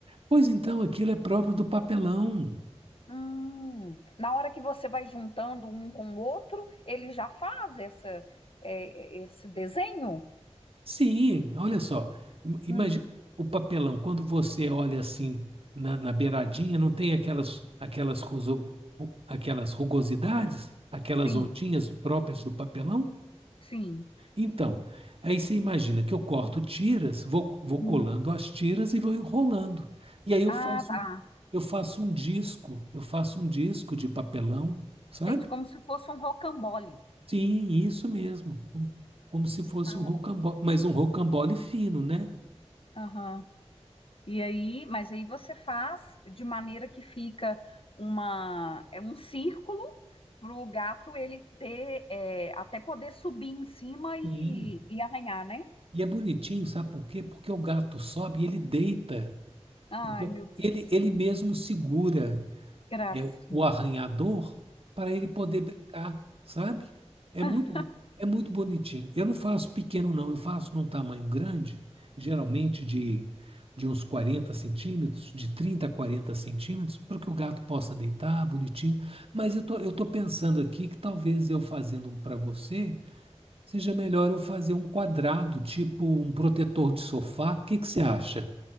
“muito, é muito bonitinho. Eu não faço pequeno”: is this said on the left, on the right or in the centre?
Right